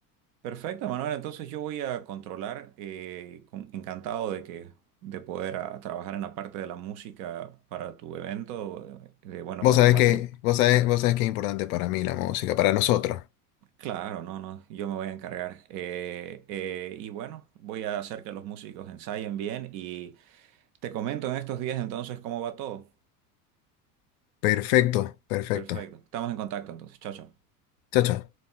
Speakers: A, on the right; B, on the left.
A: Perfecto, Manuel. Entonces yo voy a controlar, eh, con- encantado de que de poder a- trabajar en la parte de la música para tu evento, eh, bueno,
B: Vos
A: para
B: sabés
A: tu matrimonio
B: que, vos sabés, vos sabés que es importante para mí la música, para nosotros.
A: Claro, no, no, yo me voy a encargar. Eh, eh, y bueno, voy a hacer que los músicos ensayen bien y te comento en estos días entonces cómo va todo.
B: Perfecto, perfecto.
A: Perfecto, estamos en contacto entonces. Chao, chao.
B: Chao, chao.